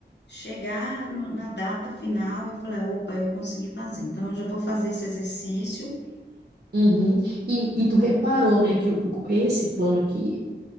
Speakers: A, on the left (about 65°); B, on the right (about 55°).
A: chegar no- na data final e falar, opa, eu consegui fazer. Então, eu já vou fazer esse exercício.
B: Uhum.
A: e-
B: E, e tu reparou, né, que o- esse plano aqui